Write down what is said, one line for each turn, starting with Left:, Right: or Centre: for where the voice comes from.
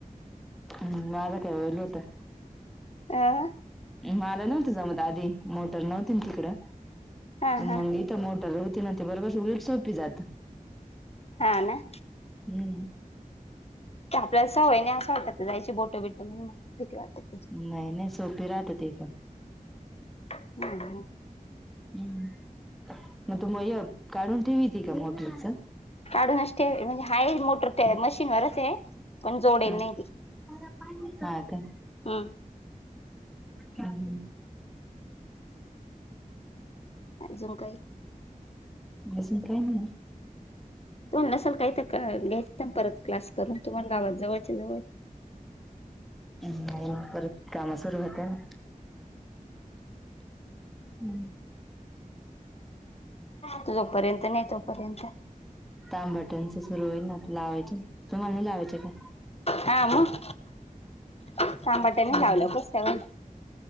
Centre: हम् माझ कायल होत.
Left: आह.
Centre: माला नव्हतं जमत आधी मोटर नव्हती तिकडं.
Left: हा हा
Centre: मग इथं मोटर होते ना ते बरोबरच उलट सोपी जात.
Left: हा ना.
Centre: हम्म.
Left: क आपल्याला सवय नाही असं वाटत जायची बोटो बिट म्हणून भीती वाटत.
Centre: नाही नाही सोपी राहतते ते पण.
Left: हम ह.
Centre: हम् मग तु म काढून ठेवी त का मोटरच.
Left: काढून असते म्हणजे हाय मोटर ते मशीनवरच आहे. पण जोडेल
Centre: हा
Left: नाही ती
Centre: चालते.
Left: हम्म
Centre: हम्.
Left: अजून काही
Centre: याज काय ना.
Left: तुम न असाल काही तर घ्यायचं परत क्लास करून तुम्हाला गावात जवळच्या जवळ.
Centre: नाही परत काम सुरू होते ना. हम्म.
Left: त जोपर्यंत नाही तोपर्यंत.
Centre: तामबटनच सुरू होईल ना लावायचे तुम्हाला हे लावायचे काय.
Left: हा मग तांबाट्याने लावलंक
Centre: नाही.
Left: सेवण.